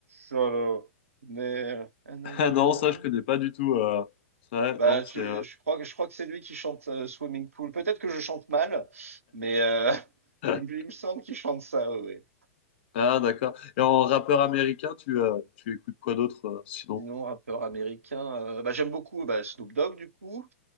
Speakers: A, on the right; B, on the left.
A: shallow there. Ah, nanana.
B: Ah <laughs> non, ça, je connais pas du tout. euh. Ouais,
A: Bah,
B: non, c'est...
A: tu-
B: euh,
A: je crois que je crois que c'est lui qui chante euh, Swimming Pool. Peut-être que je chante mal, mais euh, <laughs>
B: <laughs>
A: il me, il me semble qu'il chante ça. ouais, ouais.
B: Ah, d'accord. Et en rappeur américain, tu, euh, tu écoutes quoi d'autre, euh, sinon?
A: Sinon, rappeur américain, euh, bah, j'aime beaucoup bah, Snoop Dogg du coup.